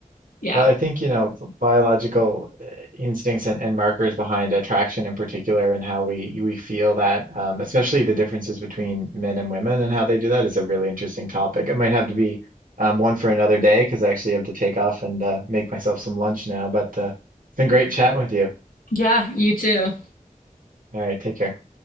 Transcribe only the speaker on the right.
Uh, I think, you know, biological uh, instincts and, and markers behind attraction in particular and how we we feel that, um, especially the differences between men and women and how they do that is a really interesting topic. It might have to be um, one for another day because I actually have to take off and uh, make myself some lunch now. But uh, it's been great chatting with you.
All right, take care.